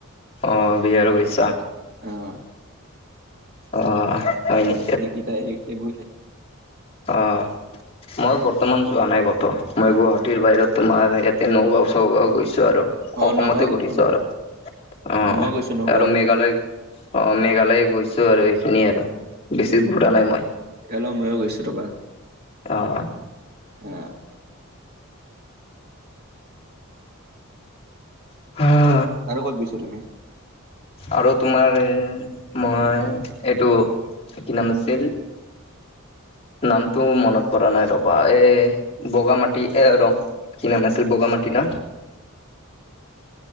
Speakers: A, on the left; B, on the right.
A: অ', বিহাৰ গৈছা।
B: আহ।
A: অ', হয় নি।
B: এইকেইটাই এই এইবো <unintelligible>
A: অ'। মই বৰ্তমান যোৱা নাই ক'তো মই গুৱাহাটীৰ বাহিৰত তোমাৰ ইয়াতে নগাঁও ছগাঁও গৈছোঁ আৰু।
B: অ
A: অসমতে
B: নগাঁও গৈছো
A: ঘূৰিছো
B: মই
A: আৰু অ',
B: ময়ো গৈছো নগাঁও
A: আৰু মেঘালয় অ', মেঘালয় গৈছোঁ আৰু এইখিনিয়ে আৰু বেছি ঘূৰা নাই মই।
B: মলো ময়ো গৈছোঁ ৰবা।
A: অ'।
B: অ'।
A: <inaudible>
B: আৰু ক'ত গৈছা তুমি?
A: আৰু তোমাৰ মই এইটো কি নাম আছিল? নামটো মনত পৰা নাই ৰ'বা এ বগা মাটি এ ৰং কি নাম আছিল বগা মাটি না।